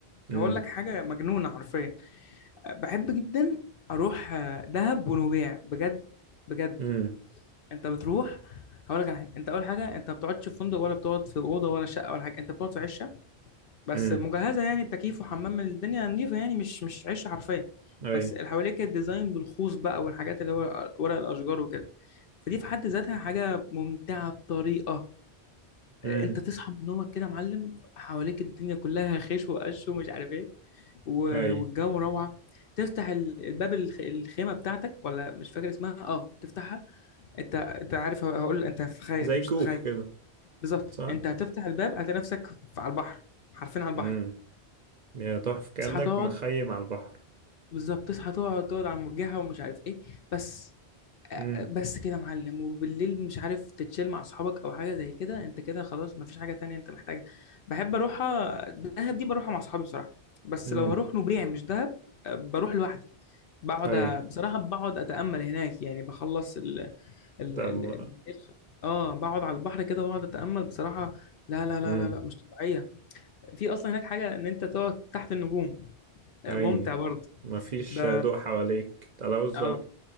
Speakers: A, on the right (about 50°); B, on the left (about 60°).
A: امم
B: هقول لك حاجة مجنونة حرفيا بحب جدا اروح آه، دهب ونويبع بجد بجد
A: امم
B: انت بتروح هقول لك على حاجه انت اول حاجه انت ما بتقعدش في فندق ولا بتقعد في اوضه ولا شقه ولا حاجه انت بتقعد في عشه بس
A: امم
B: مجهزه يعني بتكييف وحمام الدنيا نظيفه يعني مش مش عشه حرفيا
A: اي
B: بس اللي حواليك كانت ديزاين بالخوص بقى والحاجات اللي هو ورق الاشجار وكده فدي في حد ذاتها حاجه ممتعه بطريقه
A: امم
B: انت تصحى من نومك كده يا معلم حواليك الدنيا كلها خيش وقش ومش عارف ايه و-
A: اي
B: والجو روعه تفتح ال- الباب الخ- الخيمه بتاعتك ولا مش فاكر اسمها اه تفتحها انت انت عارف هقول انت هتتخيل
A: زي
B: انت مش
A: كوخ
B: هتتخيل
A: كده
B: بالظبط
A: صح
B: انت هتفتح الباب هتلاقي نفسك في- على البحر حرفيا على البحر
A: امم يا تحفة كأنك
B: تصحى تقعد
A: مخيم على البحر
B: بالظبط تصحى تقعد تقعد على المرجحه ومش عارف ايه بس آه،
A: امم
B: بس كده يا معلم وبالليل مش عارف تتشيل مع اصحابك او حاجه زي كده انت كده خلاص مفيش حاجه تانية انت محتاجها بحب اروحها دهب دي بروحها مع اصحابي بصراحه بس
A: امم
B: لو هروح نوبيع مش دهب آه، بروح لوحدي بقعد
A: اي
B: بصراحه بقعد اتامل هناك يعني بخلص ال
A: طب
B: ال
A: ما-
B: الخ- اه بقعد على البحر كده واقعد اتامل بصراحه لا لا لا
A: امم
B: لا لا مش طبيعيه في اصلا هناك حاجه ان انت تقعد تحت النجوم آه،
A: اي
B: ممتع برضه
A: مفيش
B: ده
A: ضوء حواليك تلوث
B: اه
A: ضوئي